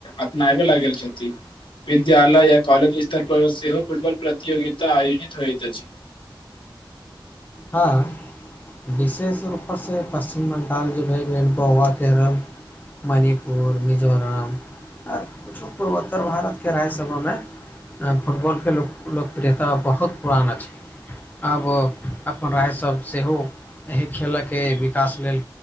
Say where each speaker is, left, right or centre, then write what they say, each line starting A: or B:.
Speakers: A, on the left (about 75°); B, on the left (about 20°).
A: अपना आबै लागल छथिन विद्यालय या कॉलेज स्तर पर सेहो फुटबॉल प्रतियोगिता आयोजित होइत अछि
B: हँ हँ विशेष रूपसे पश्चिम बगांल जे भए गेल गोवा केरल मणिपुर मिजोरम आओर किछु पूर्वोत्तर भारतके राज्य सभा मे आब फुटबॉलके लोकप्रियता बहुत पुराना अछि आब अपन राय सभ सेहो एहि खेल के विकास लेल